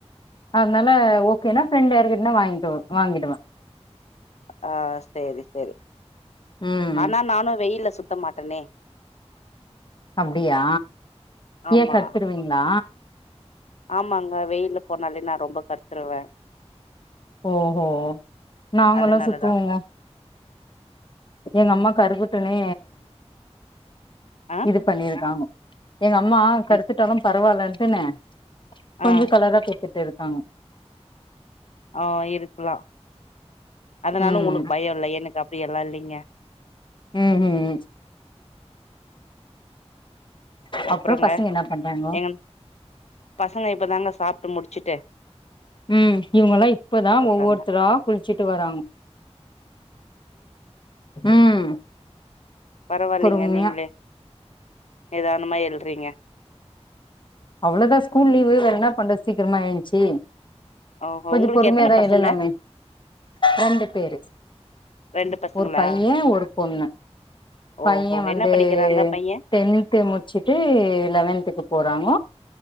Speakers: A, on the left (about 45°); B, on the left (about 75°).
A: அதனால ஓகேனா ஃப்ரெண்ட்யாருக்கிட்னா வாங்கி வாங்கிடுவ
B: ஆ செரி சேரி
A: ம்
B: ஆனா நானு வெயில்ல சு சுத்த மாட்டேனே
A: அப்டியா
B: ஆமா
A: ஏ கர்த்ருவீங்களா
B: ஆமாங்க வெயில்ல போனாலே நா ரொம்ப கர்த்துருவை
A: ஓ ஹோ நாங்கலௌ
B: அதனாலதா
A: சுத்துவோங்க எங்க அம்மா கருகுட்டுனே
B: ஆ
A: இது பண்ணிருக்கானு எங்க அம்மா கருத்துட்டாலு
B: என்
A: பரவால்லன் சொன்னே கொஞ்சோ
B: ஆ
A: கலரா தெ கிட்டு இருகாங்க
B: ஆ இருக்குலா அதனால
A: ம்
B: உனுக் பயோ இல்ல எனக்கு அப்டி எல்லா இல்லிங்க
A: ம் ம்
B: அப்புறோங்க
A: அப்றோ பசங்க என்ன பண்றாங்கோ
B: எங்க பசங்க இப்பதாங்க சாப்டு முடிச் ச்சிட்டு
A: ம் இவங்கல்லா இப்பதா
B: இருக்காங்க
A: ஒவ்வொருத்தரா குளிச்சுட்டு வராங் ம்
B: பரவாயில்லங்க
A: பொறுமையா
B: நீங்களே நிதானமா எல்றீங்க
A: அவ்வளோதா ஸ்கூல் லீவு வேற என்னா பண்ற சீக்கிரமா எழுந்சி
B: ஓஹோ
A: கொஞ்சோ
B: உங்களுக்கு
A: பொறுமையதா
B: எத்தன பசங்க
A: எழுலாமே ரெண்டு பேரு
B: ரெண்டு பசங்களா
A: ஒரு பைய ஒரு பொண்ணு பைய
B: ஓஹோ
A: வந்து
B: என்ன படிக்கிறாங்க பைய
A: டென்த்து முடிச்சுட்டு லெவன்த்துக்கு போறாங்க